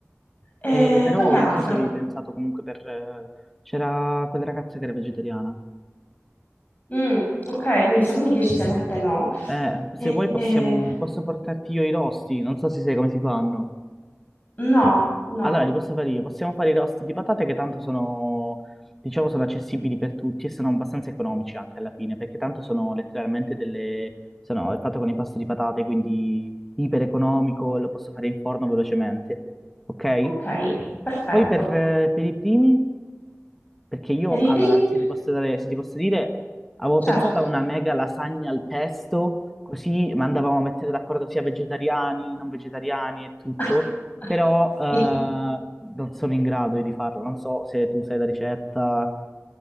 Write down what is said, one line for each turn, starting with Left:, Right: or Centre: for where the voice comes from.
Left: Eh,
Centre: Eh, però
Left: poi che altro?
Centre: non so se avevi pensato comunque per... eh, C'era quella ragazza che era vegetariana.
Left: Mm, ok, quindi salumi decisamente no.
Centre: Eh, se
Left: Eh,
Centre: vuoi possiamo...
Left: eh,
Centre: posso portarti io i rosti, non so se sai come si fanno.
Left: no, no.
Centre: Allora, li posso fare io. Possiamo fare i rosti di patate che tanto sono, diciamo, sono accessibili per tutti e sono abbastanza economici anche alla fine, perché tanto sono letteralmente delle... sono è fatto con impasto di patate, quindi iper economico, lo posso fare in forno velocemente. Ok?
Left: Ok, perfetto.
Centre: Poi per, eh, per i primi... Perché io,
Left: Per
Centre: allora,
Left: i primi?
Centre: se ti posso dare- se ti posso dire, avevo
Left: Certo.
Centre: pensato a una mega lasagna al pesto, così mandavamo a mettere d'accordo sia vegetariani, non vegetariani e tutto,
Left: <laughs>
Centre: però eh,
Left: Sì.
Centre: non sono in grado di farlo, non so se tu sai la ricetta,